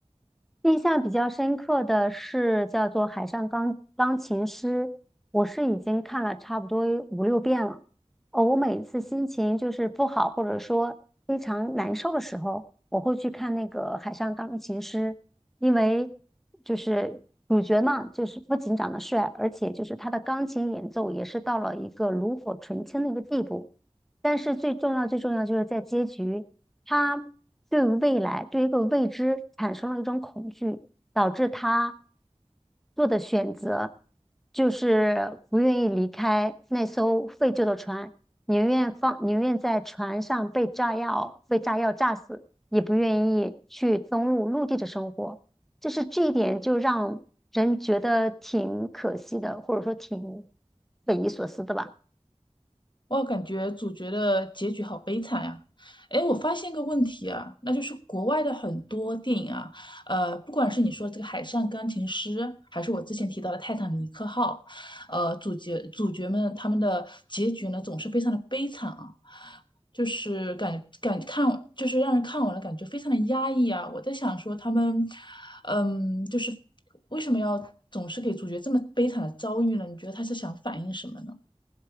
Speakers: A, in the centre; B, on the left (about 45°).
A: 印象比较深刻的是叫做《海上钢钢琴师》，我是已经看了差不多五六遍了。哦，我每次心情就是不好，或者说非常难受的时候，我会去看那个《海上钢琴师》，因为就是主角嘛，就是不仅长得帅，而且就是他的钢琴演奏也是到了一个炉火纯青的一个地步。但是最重要、最重要就是在结局。他对未来，对一个未知产生了一种恐惧，导致他做的选择就是不愿意离开那艘废旧的船，宁愿放，宁愿在船上被炸药，被炸药炸死，也不愿意去登陆陆地的生活。就是这一点，就让人觉得挺可惜的，或者说挺匪夷所思的吧。
B: 哇，感觉主角的结局好悲惨呀、哎，我发现个问题啊，那就是国外的很多电影啊，呃，不管是你说这个《海上钢琴师》，还是我之前提到的《泰坦尼克号》，呃，主角主角们他们的结局呢，总是非常的悲惨啊，就是感感看，就是让人看完了感觉非常的压抑啊。我在想说他们，嗯，就是为什么要总是给主角这么悲惨的遭遇呢？你觉得他是想反映什么呢？